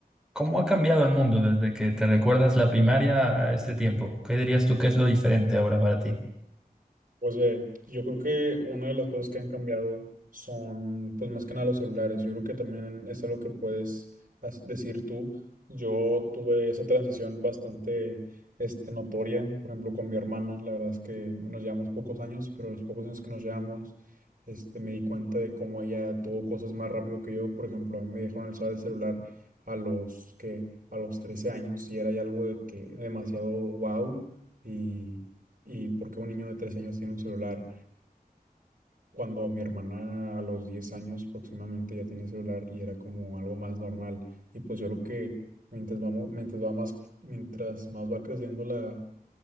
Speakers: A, in the centre; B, on the right.
A: ¿cómo ha cambiado el mundo desde que te recuerdas la primaria a este tiempo? ¿Qué dirías tú que es lo diferente ahora para ti?
B: Pues ve, yo creo que una de las cosas que han cambiado son, pues más que nada los celulares. Yo creo que también es algo que puedes as- decir tú. Yo tuve esa transición bastante, este, notoria, por ejemplo, con mi hermana. La verdad es que nos llevamos pocos años, pero los pocos años que nos llevamos, este, me di cuenta de cómo ella tuvo cosas más rápido que yo. Por ejemplo, a mí me dejaron usar el celular a los que, a los 13 años y era ya algo de que demasiado wow. y y por qué un niño de tres años tiene un celular cuando mi hermana a los 10 años próximamente ya tenía celular y era como algo más normal. Y pues yo creo que mientras vamos, mientras va más, mientras más va creciendo la,